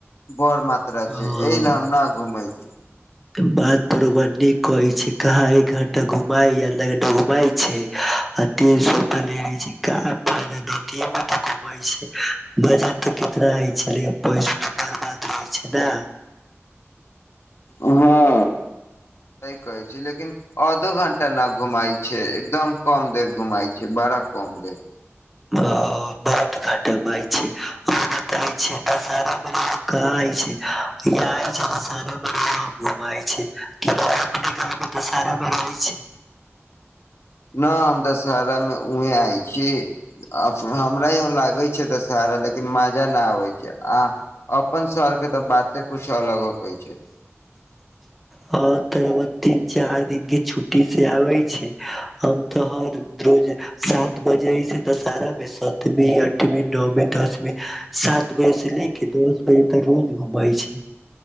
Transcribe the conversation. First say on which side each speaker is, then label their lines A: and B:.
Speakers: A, on the left; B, in the centre.
A: बर मात्रा
B: हां।
A: छै एहि ल हम ना घुमय छै
B: बात त' रौआ नीक कहय छै कहाँ एक घंटा घुमाय आ लग डे घंटा घुमाय छै आ तीन सौ रुपया ले लै छै का पागे धोतीयेमे त' घुमय छै मजा तऽ कितना होय छलै पैसो बर्बाद होइ छै ने
A: हँ सहि कहय छी लेकिन आधो घंटा न घुमाय छै एकदम कम देर घुमाय छै बड़ा कम देर
B: अ' बहुत घट' बै छै हं बताय छै दशहारामे रहल कहां होय छै या अछि दशहारामे रहब घुमय छै क अपने गाममे दशहाराामे रहय छै
A: न हम दशहारामे उहें आय छीयै हमरा यहां लागय छै दशहारा लेकिन मजा न आबे छै आ अपन शहर के तऽ बाते कुछ अलग होकय छै
B: हँ तरब तीन चार दिन के छुट्टी से आबय छै हम तऽ हर रोज सात बजे से दशहरामे सतवीं अठवीं नओवीं दसवीं सात बजे से ले के दस बजे तऽ रोज घुमय छै